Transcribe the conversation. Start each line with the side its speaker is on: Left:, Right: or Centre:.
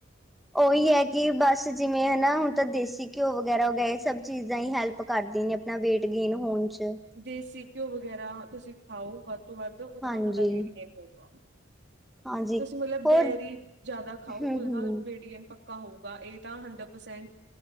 Centre: ਉਹੀ ਐ ਕਿ ਬਸ ਜਿਵੇਂ ਹਨਾ ਹੁਣ ਤਾਂ ਦੇਸੀ ਘਿਓ ਵਗੈਰਾ ਹੋਗਿਆ ਇਹ ਸਭ ਚੀਜ਼ਾਂ ਹੀ ਹੈਲਪ ਕਰਦੇ ਨੇ। ਆਪਣਾ ਵੇਟ ਗੇਨ ਹੋਣ 'ਚ।
Right: ਦੇਸੀ ਘਿਓ ਵਗੈਰਾ ਤੁਸੀ ਖਾਓ ਵੱਧ ਤੋਂ ਵੱਧ ਉਹਦੇ
Centre: ਹਾਂਜੀ
Right: ਨਾਲ ਤੁਹਾਡਾ ਵੇਟ ਗੇਨ ਹੋਊਗਾ।
Centre: ਹਾਂਜੀ
Right: ਤੁਸੀ ਮਤਲਬ
Centre: ਹੋਰ
Right: ਡੇਅਰੀ ਜ਼ਿਆਦਾ ਖਾਓ
Centre: ਹਮ
Right: ਉਹਦੇ ਨਾਲ
Centre: ਹਮ
Right: ਵੇਟ ਗੈਨ ਪ ਪੱਕਾ ਹੋਊਗਾ ਇਹ ਤਾਂ ਹੰਡਰਡ ਪਰਸੈਂਟ